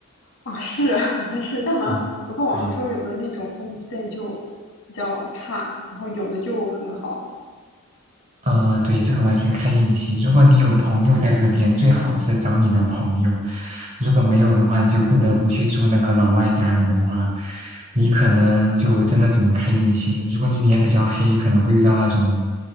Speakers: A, on the left; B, on the right.
A: 啊！是啊，<laughs> 好像是，但好像我看网上说有的那种
B: 嗯，对。
A: homestay 就比较差，然后有的就很好
B: 呃，对，这个完全看运气。如果你有朋友在这边，最好是找你的朋友；如果没有的话，你就不得不去住那个老外家里的话，你可能就真的只能看运气了。如果你脸比较黑，可能会遇到那种